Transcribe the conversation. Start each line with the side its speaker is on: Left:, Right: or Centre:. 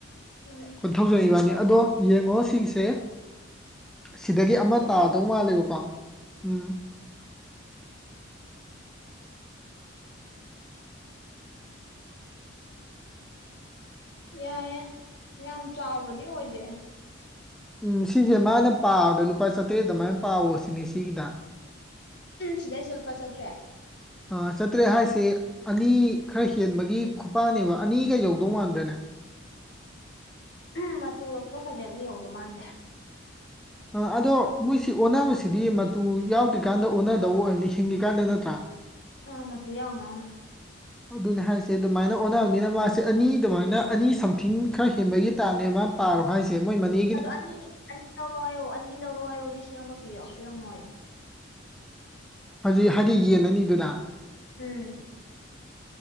Left: ꯎꯝ
Centre: ꯀꯣꯟꯊꯧꯖꯝ ꯏꯕꯥꯅꯤ ꯑꯗꯣ ꯌꯦꯡꯉꯣ ꯁꯤꯒꯤꯁꯦ ꯁꯤꯗꯒꯤ ꯑꯃ
Left: ꯌꯦꯡꯒꯦ
Centre: ꯇꯥꯗꯧ ꯃꯥꯜꯂꯦꯕꯀꯣ ꯎꯝ
Left: ꯌꯥꯏꯑꯦ ꯌꯥꯝ ꯆꯥꯎꯕꯗꯤ ꯑꯣꯏꯗꯦ
Centre: ꯎꯝ ꯁꯤꯁꯦ ꯃꯥꯅ ꯄꯥꯕꯗ ꯂꯨꯄꯥ ꯆꯥꯇꯔꯦꯠ ꯑꯗꯨꯃꯥꯏꯅ ꯄꯥꯑꯣ ꯁꯤꯅꯦ ꯁꯤꯒꯤꯗ
Left: ꯁꯤꯗꯩꯁꯤ ꯂꯨꯄꯥ ꯆꯠꯇ꯭ꯔꯦ꯫
Centre: ꯑ ꯆꯇ꯭ꯔꯦ ꯍꯥꯏ꯫ꯁꯤ ꯑꯅꯤ ꯈꯔ ꯍꯦꯟꯕꯒꯤ ꯈꯨꯄꯥꯅꯦꯕ ꯑꯅꯤꯒ ꯌꯧꯗꯧ ꯃꯥꯟꯗ꯭ꯔꯦꯅꯦ꯫
Left: ꯎꯝ ꯃꯇꯨ ꯂꯧꯊꯣꯛꯈ꯭ꯔꯗꯤ ꯑꯅꯤ ꯌꯧꯗꯧ ꯃꯥꯟꯗꯦ꯫
Centre: ꯍꯣ ꯑꯗꯣ ꯃꯣꯏꯁꯤ ꯑꯣꯟꯅꯕꯁꯤꯗꯤ ꯃꯇꯨ ꯌꯥꯎꯗ꯭ꯔꯤꯀꯥꯟꯗ ꯑꯣꯟꯅꯗꯧꯕ ꯑꯣꯏꯔꯝꯅꯤ ꯍꯤꯡꯉꯤꯀꯥꯟꯗ ꯅꯠꯇ꯭ꯔꯥ꯫
Left: ꯥ ꯑ ꯃꯇꯨ ꯌꯥꯎ ꯌꯥꯎꯅ꯫
Centre: ꯑꯗꯨꯅꯦ ꯍꯥꯏꯁꯦ ꯑꯗꯨꯃꯥꯏꯅ ꯑꯣꯟꯅꯕꯅꯤꯅ ꯃꯥꯁꯦ ꯑꯅꯤ ꯑꯗꯨꯃꯥꯏꯅ ꯑꯅꯤ ꯁꯝꯊꯤꯡ ꯈꯔ ꯍꯦꯟꯕꯒꯤ ꯇꯥꯏꯞꯅꯦ ꯃꯥꯅ ꯄꯥꯔꯣ ꯍꯥꯏꯁꯦ꯫ ꯑꯦꯃꯣꯏ ꯃꯅꯦ꯫
Left: ꯑꯗꯣ ꯑꯅꯤ ꯑꯅꯤ ꯂꯧꯔꯣ ꯍꯥꯏꯌꯣ ꯑꯅꯤ ꯂꯧꯔꯣ ꯍꯥꯏꯌꯣ ꯂꯤꯁꯤꯡ ꯑꯃ ꯄꯤꯌꯣ ꯄꯤꯔꯝꯃꯣ ꯍꯥꯏꯌꯣ꯫
Centre: ꯍꯧꯖꯤꯛ ꯍꯥꯏꯗꯤ ꯌꯦꯟ ꯑꯅꯤꯗꯨꯅ꯫
Left: ꯎꯝ꯫